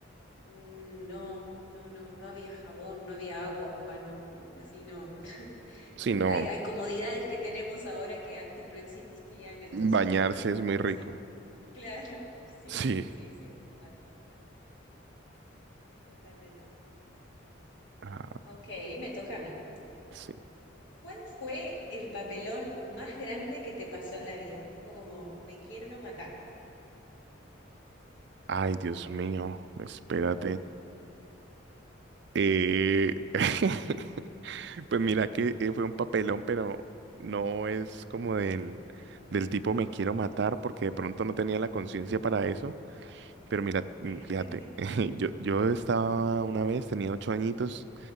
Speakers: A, on the left; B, on the right.
A: mm, no, no, no, no había jabón, no había agua, no, no, no, así no, <laughs>
B: Sí,
A: no.
B: no,
A: Hay, hay comodidades que tenemos ahora que antes no existían, entonces,
B: bañarse
A: eh,
B: es
A: no,
B: muy
A: no
B: rico.
A: sé. Claro, <laughs> sí,
B: Sí.
A: sí, sí, total, totalmente.
B: Ah,
A: Ok, me toca a mí.
B: sí.
A: ¿Cuál fue el papelón más grande que te pasó en la vida? Tipo como, me quiero matar.
B: Ay, Dios mío, espérate. Eh... <laughs> Pues mira que eh, fue un papelón, pero no es como del, del tipo me quiero matar porque de pronto no tenía la conciencia para eso. Pero mira, mm,
A: <laughs>
B: fíjate, <laughs> yo, yo estaba una vez, tenía ocho añitos